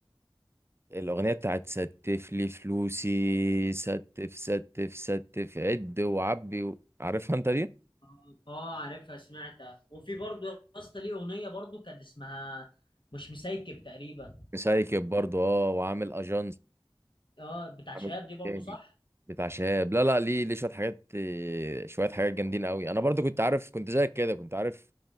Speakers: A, on the right; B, on the left.
A: الاغنيه بتاعت ستف لي فلوسي ستف ستف ستف عد وعبي و... عارفها انت دي
B: اه آه، عارفها سمعتها وفي برضه يا اسطى ليه اغنية برضه كانت اسمها مش مسيكب تقريبا
A: مسايكب برضه اه وعامل اجانس
B: اه بتاع
A: عمرو
B: شهاب دي برضه
A: دياب
B: صح
A: بتاع شهاب لا لا ليه ليه شويه حاجات آه، شويه حاجات جامدين قوي انا برضو كنت عارف كنت زيك كده كنت عارف